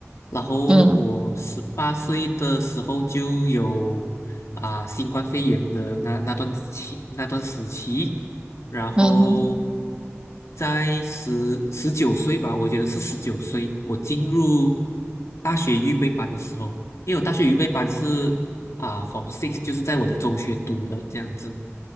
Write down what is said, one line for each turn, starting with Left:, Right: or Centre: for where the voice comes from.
Left: 然后我十八岁的时候就有啊、
Right: 嗯
Left: 新冠肺炎的那那段期那段时期。然后
Right: 嗯哼，
Left: 在十十九岁吧，我觉得是十九岁，我进入大学预备班的时候，因为我大学预备班是啊、f r o m Six，就是在我的中学读的这样子，